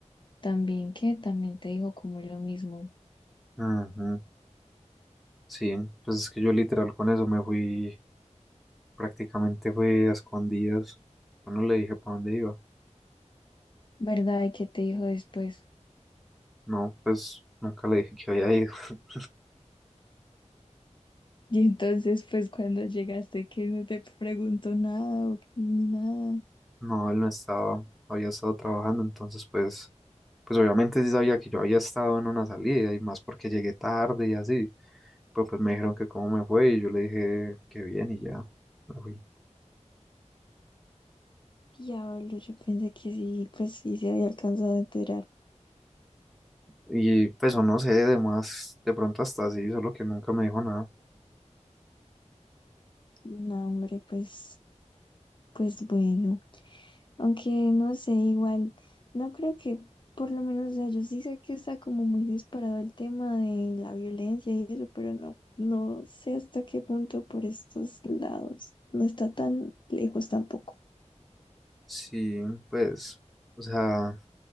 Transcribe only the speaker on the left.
también que también te dijo como lo mismo.
¿Verdad? ¿Y qué te dijo después? <laughs>
Y entonces, pues cuando llegaste, que no te preguntó nada o que- ni nada.
Diablo, yo pensé que sí, pues sí se había alcanzado a enterar.
No, hombre, pues, pues bueno. Aunque no sé, igual, no creo que, por lo menos, o sea, yo sí sé que está como muy disparado el tema de la violencia y eso, pero no, no sé hasta qué punto por estos lados. No está tan lejos tampoco.